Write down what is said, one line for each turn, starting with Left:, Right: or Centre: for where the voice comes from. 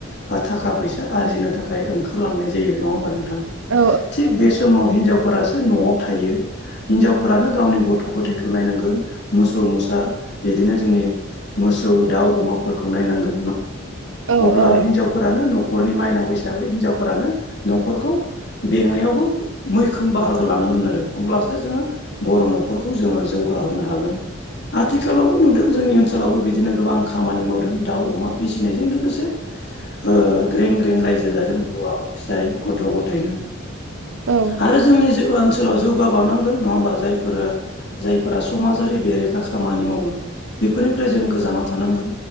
Left: बा थाखा फैसा आरजिनो थाखाय ओंखारलांनाय जायो नङा होमबा नों थां
Right: औ
Left: थिग बे समाव हिनजावफोरासो न'आव थायो हिनजावफोरानो गावनि गथ' ग'थायखौ नायनांगोन मोसौ मोसा बिदिनो जोंनि मोसौ दाउ अमाफोरखौ नाय नङा
Right: औ
Left: होनबा
Right: औ
Left: हिनजावफोरानो न'खर न'खरनि माइनाव हिसाबै हिनजावफोरानो न'खरखौ बेंनायावबो मैखोम बाहागो लानांगोन आरो। अब्लासो जोङो बर' न'खर खौ जोङो जौगाहोनो हागोन आथिखालावबो नुदों जोंनि ओनसोलावबो बिदिनो गोबां खामानि मावदों। दाउ अमा फिसिनायजों लोगोसे ओ ग्रें ग्रें रायजो जादों हौवा फिसाय गथ' गथायनो
Right: औ
Left: आरो जोंनि ओनसोलाव जौगाबावनांगोन नङा होमबा जायफोरो जायफोरा समाजारि बेरेखा खामानि मावो बेफोरनिफ्राय जों गोजानाव थानांगोन